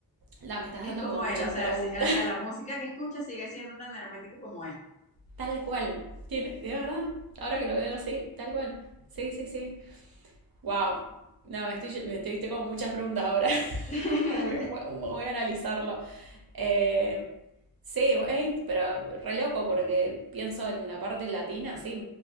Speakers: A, on the right; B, on the left.
A: la, me estás
B: Es
A: dando
B: como
A: como muchas
B: él, o sea,
A: preguntas.
B: si- o sea, la música que escucha sigue siendo tan hermética como él.
A: Tal cual. Tiene, de verdad. Ahora que lo veo, sí, tal cual. Sí, sí, sí. Wow. No, me estoy, me estoy, estoy con muchas preguntas ahora. <laughs>
B: <laughs>
A: Voy, voy- voy a analizarlo. Eh, sí, güey, pero re loco porque pienso en la parte latina, sí.